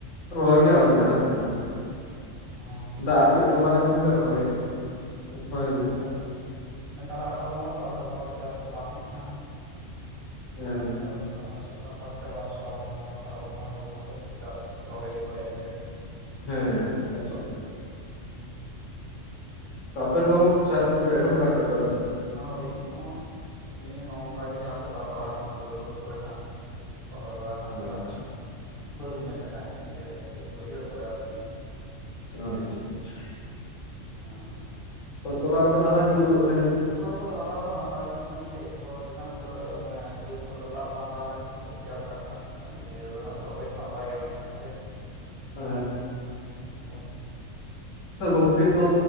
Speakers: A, on the left; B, on the right.
A: ᱨᱚᱦᱚᱭ
B: ᱟᱪᱪᱷᱟ
A: ᱜᱮ ᱟᱹᱣᱨᱤᱭᱟᱜᱼᱟ
B: ᱟᱪᱪᱷᱟ
A: ᱦᱟᱸ
B: ᱚ
A: ᱫᱟᱜ ᱟᱨ ᱠᱟᱹᱡ ᱛᱚᱢᱵᱟ ᱞᱮᱱᱠᱷᱟᱱ ᱜᱮ ᱨᱚᱦᱚᱭ ᱦᱩᱭᱩᱜᱼᱟ᱾ ᱨᱚᱦᱚᱭ
B: ᱦᱮᱸ ᱟᱨ ᱱᱮᱛᱟᱨ ᱟᱥᱟᱲ ᱵᱚᱸᱜᱟ ᱛᱚ ᱟᱥᱟᱲ ᱵᱚᱸᱜᱟ ᱛᱮ ᱪᱟᱥ ᱫᱚ ᱵᱟᱝ ᱦᱩᱭᱩᱜ ᱠᱟᱱᱟ
A: ᱦᱮᱸ
B: ᱟᱥᱟᱲ ᱚᱱᱟ ᱟᱥᱟᱲ ᱪᱟᱵᱟᱜ ᱥᱟᱨᱟᱵᱚᱱ ᱵᱚᱸᱜᱟ ᱥᱟᱨᱵᱚᱱ ᱵᱷᱟᱫᱚᱨ ᱵᱚᱸᱜᱟ ᱠᱚ ᱪᱟᱥ ᱨᱚᱦᱚᱭᱮᱫ ᱵᱟᱲᱟᱭ ᱜᱮᱭᱟ
A: ᱦᱮᱸ ᱪᱚᱞ
B: ᱦᱩᱸ
A: ᱟᱯᱮ ᱫᱚ ᱪᱟᱥ ᱠᱚᱯᱮ ᱮᱦᱚᱵ ᱵᱟᱲᱟ ᱠᱮᱦᱼᱟ ᱥᱮ ᱟᱣᱨᱤᱭᱟ᱾
B: ᱟᱣᱨᱤ ᱱᱚᱜᱼᱚᱭ ᱱᱚᱜ ᱚᱭ ᱱᱚᱝᱠᱟ ᱜᱮ ᱡᱟᱦᱟᱸ ᱥᱮᱫ ᱫᱟᱜ ᱵᱟᱲᱟ ᱟᱠᱟᱱᱟ ᱵᱟᱹᱫᱽ ᱵᱟᱹᱫᱽ ᱠᱚᱨᱮ ᱦᱟᱸᱜ ᱨᱚᱦᱚᱭ ᱵᱟᱲᱟ ᱦᱟᱸᱜ ᱪᱟᱞᱟᱜ
A: ᱟᱪᱪᱷᱟ
B: ᱠᱟᱱᱟ ᱵᱟᱹᱫᱚᱩᱧ ᱢᱮᱱᱮᱫᱼᱟ ᱤᱭᱟᱹ ᱵᱟᱹᱭᱦᱟᱹᱲ ᱠᱚᱨᱮ ᱟᱨᱠᱤ
A: ᱟᱪᱪᱷᱟ ᱟᱪᱪᱷᱟ
B: ᱦᱩᱸ
A: ᱛᱚᱞᱟ ᱠᱚᱫᱚ ᱦᱟᱨᱟ ᱡᱩᱫ ᱟᱠᱟᱱᱟ ᱡᱟᱹᱱᱤᱡ
B: ᱠᱚᱫᱚ ᱦᱟᱨᱟ ᱫᱚ ᱦᱟᱸᱜ ᱦᱟᱨᱟ ᱡᱩᱛ ᱟᱠᱟᱱ ᱜᱮᱭᱟ ᱮᱨᱯᱚᱨ ᱪᱮᱛᱟᱱ ᱠᱚᱨᱮ ᱢᱟᱱᱮ ᱵᱟᱹᱫᱽ ᱠᱚᱨᱮ ᱫᱚ ᱫᱟᱜ ᱵᱟᱝ ᱫᱟᱜ ᱞᱮᱱᱠᱷᱟᱱ ᱫᱚ ᱪᱮᱠᱟ ᱞᱮᱠᱟᱨᱮ ᱦᱟᱸᱜ ᱤᱭᱟᱹ ᱫᱚ ᱦᱟᱸᱜ ᱨᱚᱦᱚᱭ ᱫᱚ ᱦᱟᱸᱜ ᱵᱟᱭ ᱜᱟᱱᱚᱜ ᱠᱟᱱᱟ ᱥᱮ
A: ᱦᱮ
B: ᱮᱠᱫᱚᱢ
A: ᱜᱚᱝᱠᱮ ᱛᱚ